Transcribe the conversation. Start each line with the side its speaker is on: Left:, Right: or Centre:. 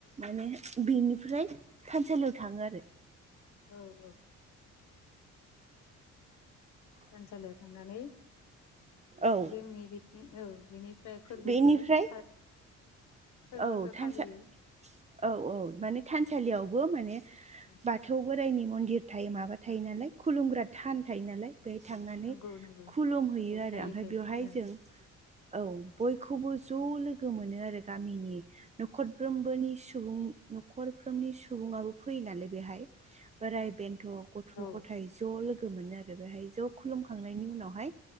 Right: माने बेनिफ्राय थानसालियाव थाङो आरो
Left: औ औ थानसालियाव थांनानै
Right: औ
Left: जोंनि बिथिं औ बिनि <unintelligible> फोरबोखो
Right: बेनिफ्राय
Left: बा फोरबोखो
Right: औ थानसा
Left: फालियो
Right: औ औ माने थानसालियावबो माने
Left: ओ
Right: बाथौ बोराइनि मन्दिर थायो माबा थायो
Left: ओ
Right: नालाय खुलुमग्रा थान थायो नालाय। बेहाय थांनानै
Left: नंगौ नंगौ
Right: खुलुम हैैयो
Left: औ
Right: आरो
Left: थायो
Right: आमफ्राय
Left: थायो
Right: बेवहाय जों औ बय खौबो ज'
Left: ओ
Right: लोगो मोनो आरो गामिनि नखरफ्रोमबोनि सुबुं न'खरफ्रोमनि सुबुङाबो फैयो नालाय बेहाय बोराय बेन्थ गथ'
Left: ओ
Right: गथाय ज' लोगो मोनो आरो बेहाय ज' खुलुमखांनायनि उनावहाय